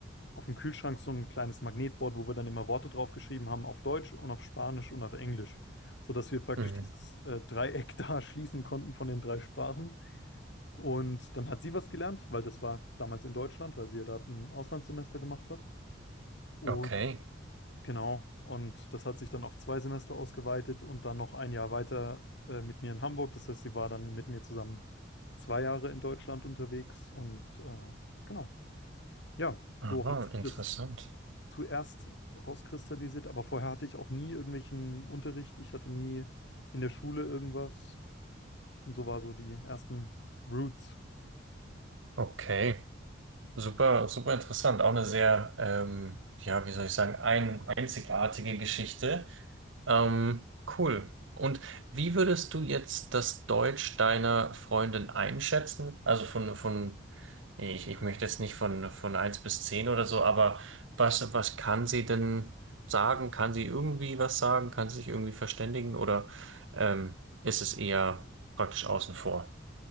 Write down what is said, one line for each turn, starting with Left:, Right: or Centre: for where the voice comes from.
Left: auf dem Kühlschrank so ein kleines Magnetboard, wo wir dann immer Worte draufgeschrieben haben auf Deutsch und auf Spanisch und auf Englisch, sodass wir praktisch
Right: Mhm.
Left: dieses äh, Dreieck <laughs> da schließen konnten von den drei Sprachen. Und dann hat sie was gelernt, weil das war damals in Deutschland, weil sie ja da ein Auslandssemester gemacht hat. Und
Right: Okay.
Left: genau, und das hat sich dann auf zwei Semester ausgeweitet und dann noch ein Jahr weiter äh, mit mir in Hamburg. Das heißt, sie war dann mit mir zusammen zwei Jahre in Deutschland unterwegs und äh, genau. Ja, so
Right: Aha,
Left: hat sich das
Right: interessant.
Left: zuerst rauskristallisiert, aber vorher hatte ich auch nie irgendwelchen Unterricht. Ich hatte nie in der Schule irgendwas und so war so die ersten Roots.
Right: Okay. Super, super interessant. Auch eine sehr, ähm, ja, wie soll ich sagen, ein, einzigartige Geschichte. Ähm, cool. Und wie würdest du jetzt das Deutsch deiner Freundin einschätzen? Also von, von, ich, ich möchte jetzt nicht von, von eins bis 10 oder so, aber was, was kann sie denn sagen? Kann sie irgendwie was sagen? Kann sie sich irgendwie verständigen? Oder ähm, ist es eher praktisch außen vor?